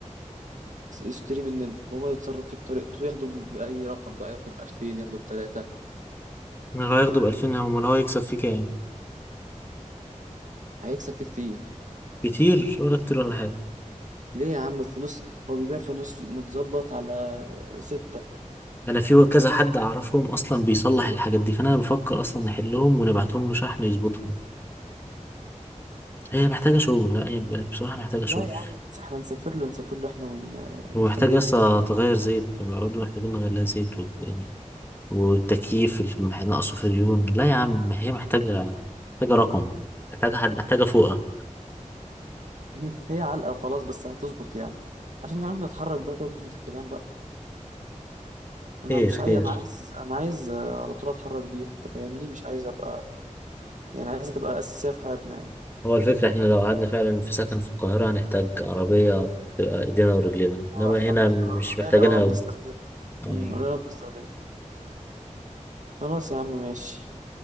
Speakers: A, on the right; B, on the left.
A: اشتري مننا وهو يتصرف فيه بطريقته ياخده ب- بأي رقم بقى ياخده بألفين ياخده بتلاتة
B: من هو هياخده بألفين هم هو هيكسب فيه كام
A: هيكسب فيه كتير
B: كتير ولا كتير ولا حاجة
A: ليه يا عم فانوس هو بيبيع فانوس متظبط على ستة
B: أنا في كذا حد أعرفهم أصلا بيصلح الحاجات دي فأنا بفكر أصلا نحلهم ونبعتهم له شحن يظبطهم هي محتاجة شغل لا هي بصراحة محتاجة شغل
A: لا يا عم نس- احنا نسافر له نسافر له احنا ون... ونخليه
B: ومحتاجة لسه
A: يظبطها يعني
B: تغير زيت برضه محتاجين نغير لها زيت و- يعني والتكييف اللي مح- ناقصه فريون لا يا عم هي محتاجة محتاجة رقم محتاجة حد محتاجة فوقة
A: <laughs> هي علقة وخلاص بس هتظبط يعني عشان يا عم نتحرك بقى كده نظبط الكلام بقى انا
B: خير
A: مش
B: خير
A: عايز انا عايز انا عايز آه، على طول اتحرك بيها انت فاهمني مش عايز ابقى يعني عايزها تبقى اساسيه في حياتنا يعني
B: هو الفكرة احنا لو قعدنا فعلا في سكن في القاهرة هنحتاج عربية تبقى ايدينا ورجلينا
A: اه
B: انما
A: احنا
B: هنا
A: احنا
B: مش
A: قليل
B: محتاجينها
A: قوي ما بنستخدمها
B: اوي اه
A: امم قليل قوي بنستخدمها خلاص يا عم ماشي